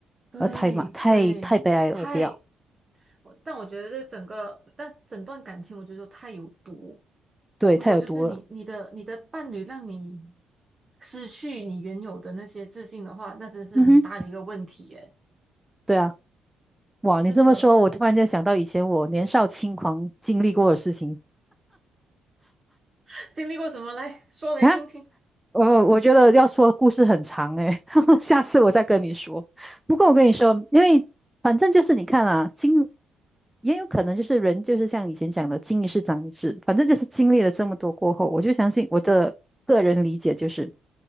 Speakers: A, on the right; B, in the centre.
A: 对对，
B: 呃，太嘛，太太悲哀了，
A: 太，
B: 我不要，
A: 我但我觉得这整个，但整段感情，我觉得都太有毒。
B: 对，
A: 如果就是你你的你的伴侣让你
B: 太有毒了，
A: 失去你原有的那些自信的话，那真是很大的一个问题耶！
B: 嗯哼，对啊，哇，你这么说，
A: 真的
B: 我突然间想到以前我年少轻狂经历过的事情
A: <laughs> 经历过什么来说来听听。
B: 啊，<laughs> 呃，我觉得要说故事很长诶、<laughs> 下次我再跟你说。不过我跟你说，因为反正就是你看啊，经也有可能就是人就是像以前讲的“经一事长一智”，反正就是经历了这么多过后，我就相信我的个人理解就是，